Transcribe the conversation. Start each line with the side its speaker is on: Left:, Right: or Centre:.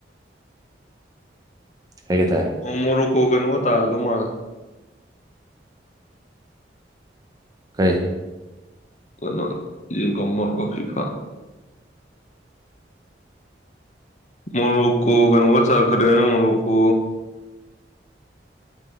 Right: ꯀꯩ ꯍꯥꯏꯇꯥꯔꯦ
Left: ꯃꯔꯨ ꯀꯣꯒꯩꯅ ꯋꯥꯇꯥ ꯑꯗꯨꯨꯃꯔ
Right: ꯀꯩ
Left: ꯀꯣ ꯖꯤ ꯀꯝꯃꯔꯒ ꯐꯤꯐꯥ ꯃꯔꯨꯀꯣ ꯀꯪꯒ ꯆꯈꯔꯦ ꯃꯔꯨꯀꯣ